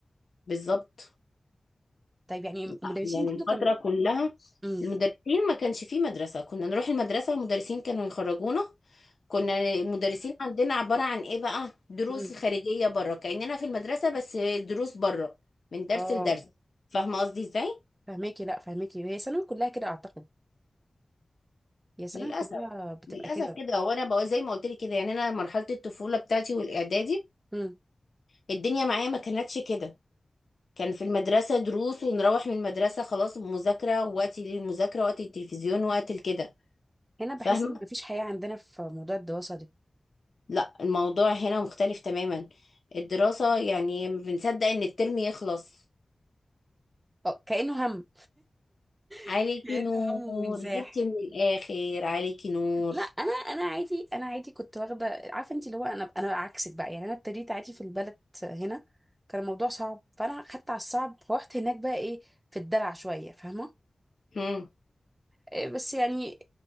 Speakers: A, on the left (about 70°); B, on the right (about 25°).
A: بالظبط
B: طيب يعني المدرسين
A: لا، يعني
B: برضو
A: الفتره
B: كانوا
A: كلها
B: امم
A: المدرسين ما كانش فيه مدرسه كنا نروح المدرسه والمدرسين كانوا يخرجونا كنا المدرسين عندنا عبارة عن ايه بقى دروس
B: امم
A: خارجية بره كأننا في المدرسة بس دروس بره من درس
B: اه
A: لدرس فاهمة قصدي ازاي
B: فهماكي لا فهماكي هي ثانوي كلها كده اعتقد هي ثانوي
A: للأسف
B: كلها بتبقى
A: للأسف
B: كده
A: كده وانا بقى زي ما قلت لك كده يعني انا مرحلة الطفولة بتاعتي والإعدادي
B: امم
A: الدنيا معايا ما كانتش كده كان في المدرسة دروس ونروح من المدرسة خلاص مذاكرة وقتي للمذاكرة وقت التلفزيون وقت كده
B: هنا بحس
A: فاهمة
B: ان مفيش حياه عندنا في موضوع الدراسه ده
A: لا الموضوع هنا مختلف تماما الدراسة يعني بنصدق ان الترم يخلص
B: اه كانه هم
A: عليكي
B: <laughs> كانه
A: نور
B: هم وانزاح
A: جبتي من الآخر عليكي نور
B: لا انا انا عادي انا عادي كنت واخده عارفه انت اللي هو انا انا عكسك بقى يعني انا ابتديت عادي في البلد هنا كان الموضوع صعب فانا خدت على الصعب فروحت هناك بقى ايه في الدلع شويه فاهمه
A: هم.
B: إيه بس يعني